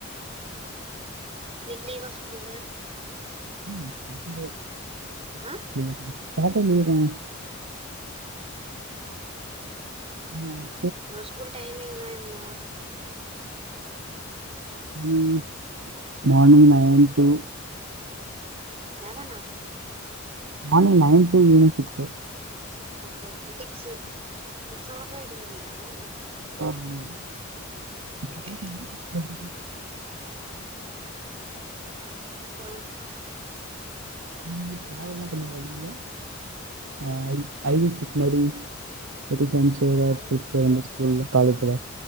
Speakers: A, on the right; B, on the right.
A: இன்னிக் லீவா ஸ்கூலு
B: ஆமா ஆப்சண்டு
A: ஆ
B: லீவுதா சொன்னாத்தா செய்றாங்க
A: அதுனால்தா
B: அம்மா வரு
A: உங்க ஸ்கூல் டைமிங்லா என்ன
B: ம் மார்னிங் நயன் டூ
A: நா வேனா
B: morning nine two evening six
A: okay okay சிக் சேர் இது சொல்றக்கா வீட்டுக் வருவீங்களா ஆ
B: ஆமா
A: ஓகே
B: <unintelligible>
A: <unintelligible>
B: நீங்க டிராவல்லா பண்ணீங்களா லீவ்ல ஆ யி ஐ வி ட்ரிப் மாரி <unintelligible> நம்ம
A: காலைல
B: ஸ்கூல்ல காலேஜ்ல